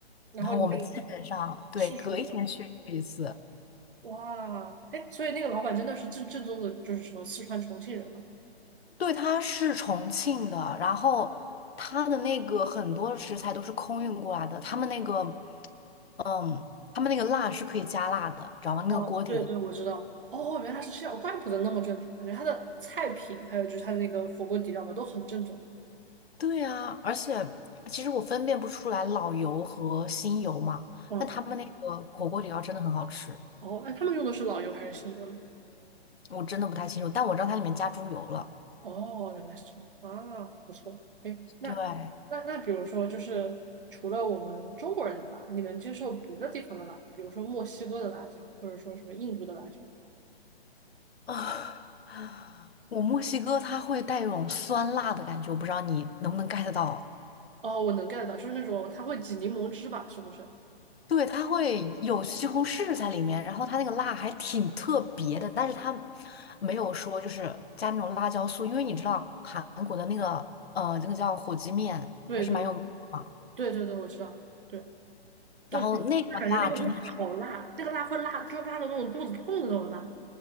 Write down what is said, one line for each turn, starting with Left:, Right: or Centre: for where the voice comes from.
Right: 然后你就
Left: 然后我们基本上对隔一天去一次。
Right: 吃熟了，哇，哎，所以那个老板真的是正正宗的，就是什么四川重庆人嘛？
Left: 对，他是重庆的，然后他的那个很多食材都是空运过来的，他们那个，嗯，他们那个辣是可以加辣的，你知道吗？
Right: 哇，
Left: 那个锅底的。
Right: 对对，我知道，哦，原来是这样，怪不得那么正宗，感觉他的菜品还有就是他的那个火锅底料吧，都很正宗。
Left: 对啊，而且其实我分辨不出来老油和新油嘛，
Right: 嗯，
Left: 但他们那个火锅底料真的很好吃，
Right: 哦，哎，他们用的是老油还是新油呢？
Left: 我真的不太清楚，但我知道它里面加猪油了。
Right: 哦，原来是这样啊，不错。哎，那那那，
Left: 对
Right: 比如说，就是除了我们中国人的辣，你能接受别的地方的辣，比如说墨西哥的辣椒，或者说什么印度的辣椒？
Left: 啊，我墨西哥它会带一种酸辣的感觉，我不知道你能不能 get 到。
Right: 哦，我能 get 到，就是那种它会挤柠檬汁吧？是不是？
Left: 对，它会有西红柿在里面，然后它那个辣还挺特别的，但是它没有说就是加那种辣椒素，因为你知道韩国的那个呃那个叫火鸡面还是蛮有名的嘛。
Right: 对对对对对对，我知道。对对，
Left: 然后那个辣真的是，
Right: 对感觉那个会好辣，那个辣会辣，就辣到那种肚子痛的那种辣。